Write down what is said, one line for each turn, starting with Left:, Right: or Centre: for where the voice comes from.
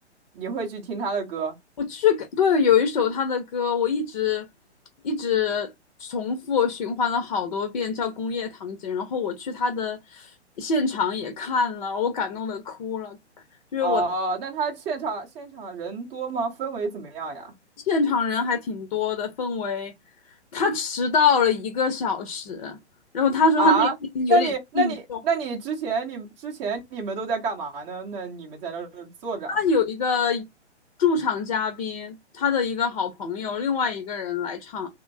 Right: 你会去听他的歌？
Left: 我去感，对，有一首他的歌，我一直一直重复循环了好多遍，叫《工业糖精》。然后我去他的现场也看了，我感动的哭了，因为我
Right: 哦，那他现场现场人多吗？氛围怎么样呀？
Left: 现场人还挺多的，氛围。他迟到了一个小时，然后他说他那天有点病重，
Right: 啊，那你那你那你之前你之前你们都在干嘛呢？那你们在那儿坐着啊？
Left: 他有一个驻场嘉宾，他的一个好朋友，另外一个人来唱，